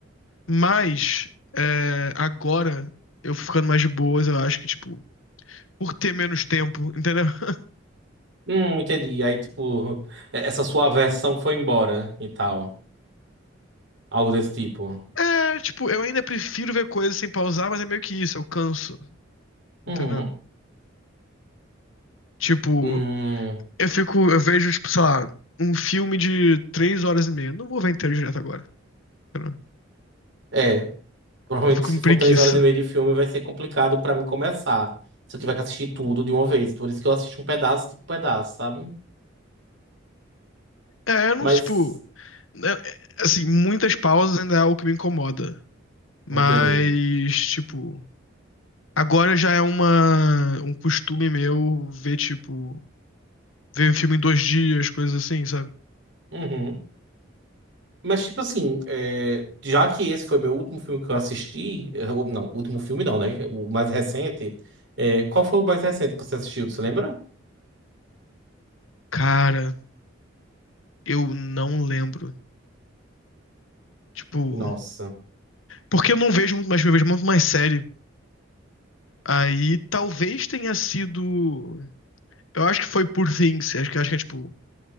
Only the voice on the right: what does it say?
Hum, entendi. Aí, tipo, essa sua versão foi embora né, e tal. Algo desse tipo.
Uhum.
Hum,
é, provavelmente
se
for três horas e meia de filme vai ser complicado pra mim começar. Se eu tiver que assistir tudo de uma vez. Por isso que eu assisto um pedaço, tipo, um pedaço, sabe?
Mas,
entendi.
Uhum. Mas, tipo assim, é, já que esse foi meu último filme que eu assisti, é, o- não, último filme não, né? O mais recente, é, qual foi o mais recente que você assistiu? Você lembra?
Nossa.